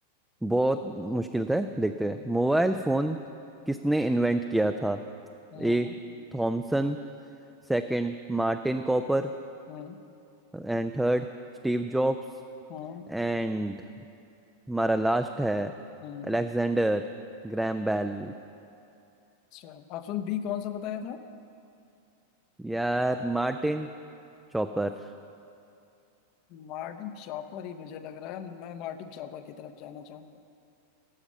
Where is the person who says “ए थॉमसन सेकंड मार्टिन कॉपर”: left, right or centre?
Centre